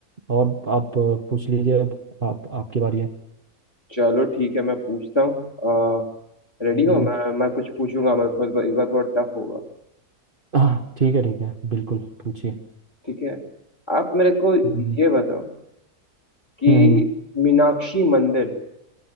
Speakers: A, on the right (about 35°); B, on the left (about 15°).
A: और आप अ, पूछ लीजिए अब आप आपकी बारी है
B: चलो ठीक है मैं पूछता हूँ रेडी
A: हम्म,
B: हो मैं मैं कुछ पूछूंगा मतलब थोड़ा इस बार थोड़ा टफ होगा
A: हाँ ठीक है ठीक है बिल्कुल पूछिए
B: ठीक है आप मेरे को ये
A: हम्म
B: बताओ कि
A: हम्म हम्म
B: मीनाक्षी मंदिर